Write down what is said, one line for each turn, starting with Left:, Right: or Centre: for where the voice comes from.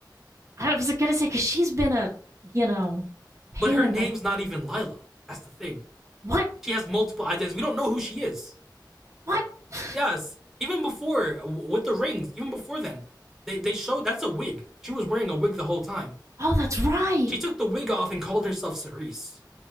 Right: was going to say cuz she's been a, you know,
Centre: <laughs>
Right: pain
Centre: but her
Right: in
Centre: name's
Right: the
Centre: not even Lila. That's the thing.
Right: What?
Centre: She has multiple identities. We don't know who she is.
Right: What? <gasps>
Centre: Yes, even before with the rings, even before then, they they showed that's a wig. She was wearing a wig the whole time.
Right: Oh, that's right.
Centre: She took the wig off and called herself Cerise.